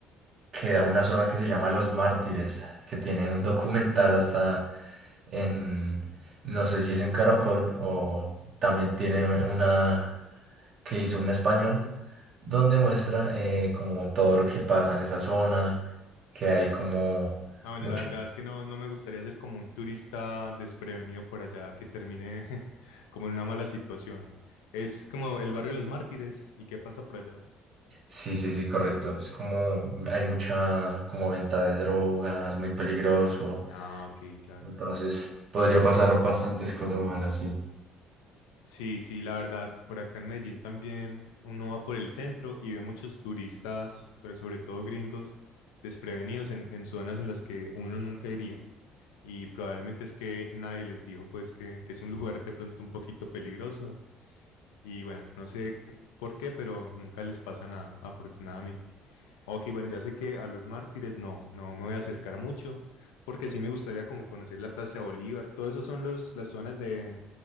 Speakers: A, on the right (about 55°); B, on the left (about 80°).
A: queda una zona que se llama Los Mártires, que tiene un documental hasta en, no sé si es en Caracol o también tiene una que hizo un español donde muestra eh, como todo lo que pasa en esa zona, que hay como
B: Ah, bueno,
A: mucha...
B: la verdad es que no, no me gustaría ser como un turista desprevenido por allá que termine <laughs> como en una mala situación. Es como el barrio de los mártires, ¿y qué pasa por allá?
A: Sí, sí, sí, correcto. Es como hay mucha como venta de drogas, muy peligroso.
B: Ah, ok, claro.
A: Entonces podría pasar bastantes cosas malas, sí.
B: Sí, sí, la verdad, por acá en Medellín también uno va por el centro y ve muchos turistas, pero sobre todo gringos, desprevenidos en, en zonas en las que uno nunca iría. Y probablemente es que nadie les dijo pues que, que es un <laughs> lugar de pronto un poquito peligroso y bueno, no sé por qué, pero nunca les pasa nada, afortunadamente. Ok, bueno, ya sé que a los mártires no, no me voy a acercar mucho, porque sí me gustaría como conocer la Plaza de Bolívar. Todo eso son los, las zonas de,